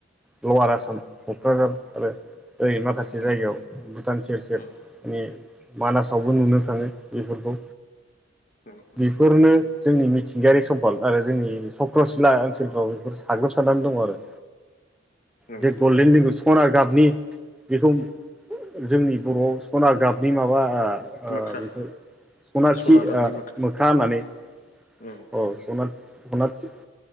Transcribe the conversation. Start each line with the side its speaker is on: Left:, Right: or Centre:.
Centre: लवार आसाम क'क्राझार आरो ओरै माखासे
Left: उम
Centre: जायगायाव भुटान सेर सेर
Left: उम
Centre: मे मानासावबो नुनो थांङो बेफोरखौ
Left: नंगौ
Centre: बेफोरनो जोंनि मिथिंगायारि सम्पद आरो जोंनि सक्रसिला ओनसोलफ्राव बेफोर साग्लोबसारनानै दंङ आरो।
Left: नंगौ
Centre: जे
Left: नोंथां
Centre: गलदेनलिंगुस सना गाबनि बेखौ जोंनि बर'आव सना गाबनि माबा ओ ओ
Left: मोख्रा
Centre: बेखौ सनाथि
Left: सना गाबनि
Centre: ओ मोख्रा होननानै अ
Left: उम
Centre: सना सनाथि